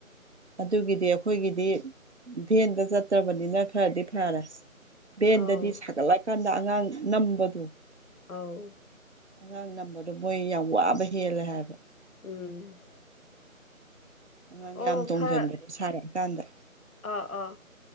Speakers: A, on the right; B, on the left.
A: ꯑꯗꯨꯒꯤꯗꯤ ꯑꯩꯈꯣꯏꯒꯤꯗꯤ ꯚꯦꯟꯗ ꯆꯠꯇ꯭ꯔꯕꯅꯤꯅ ꯈꯔꯗꯤ ꯐꯔꯦ ꯚꯦꯟꯗꯗꯤ
B: ꯑꯧ
A: ꯁꯥꯒꯠꯂꯛꯀꯥꯟꯗ ꯑꯉꯥꯡ ꯅꯝꯕꯗꯣ
B: ꯑꯥꯎ
A: ꯑꯉꯥꯡ ꯅꯝꯕꯗꯣ ꯃꯣꯏ ꯌꯥꯝ ꯋꯥꯕ ꯍꯦꯜꯂꯦ ꯍꯥꯏꯕ
B: ꯎꯝ
A: ꯑꯉꯥꯡ
B: ꯑꯣ
A: ꯌꯥꯝ ꯇꯣꯡꯁꯤꯟꯕꯗꯣ
B: ꯐꯔ
A: ꯁꯥꯔꯛꯑꯀꯥꯟꯗ
B: ꯑꯥ ꯑꯥ